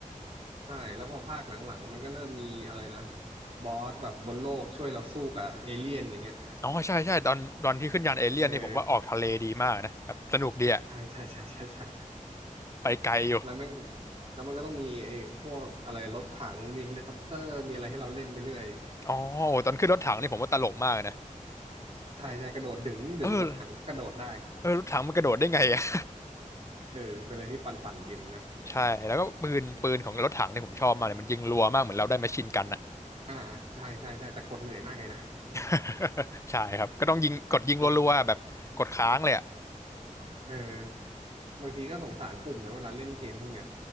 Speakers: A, on the right; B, on the left.
A: ใช่แล้วพอภาคหลังๆมันก็เริ่มมีอะไรนะบอสแบบบนโลกช่วยเราสู้กับเอเลี่ยนอย่างเงี้ย
B: อ๋อใช่ใช่ตอนตอนที่ขึ้นยานเอเลี่ยนนี่ผมว่าออกทะเลดีมากนะแบบสนุกดีอะ
A: เออใช่ใช่ใช่ใช่ใช่ใช่
B: ไปไกลอยู่
A: แล้วแม่งแล้วมันก็ต้องมีไอ้พวกอะไรรถถังมีเฮลิคอปเตอร์มีอะไรให้เราเล่นไปเรื่อย
B: อ๋อโอ้ตอนขึ้นรถถังนี่ผมว่าตลกมากนะ
A: ใช่ใช่กระโดดดึงดึงรถถังกระโดดได้
B: เออเออรถถังมันกระโดดได้ไงอะ
A: เออเป็นอะไรที่ปั่นๆดีเหมือนกัน
B: ใช่แล้วก็ปืนปืนของรถถังเนี่ยผมชอบมากเลยมันยิงรัวมากเหมือนเราได้แมชชีนกันอะ
A: อ่าใช่ใช่ใช่แต่กดเหนื่อยมากเลยนะ
B: <laughs> ใช่ครับก็ต้องยิงกดยิงรัวๆแบบกดค้างเลยอะ
A: ตรงเออ บางทีก็สงสารปุ่มนะเวลาเล่นเกมพวกเนี้ย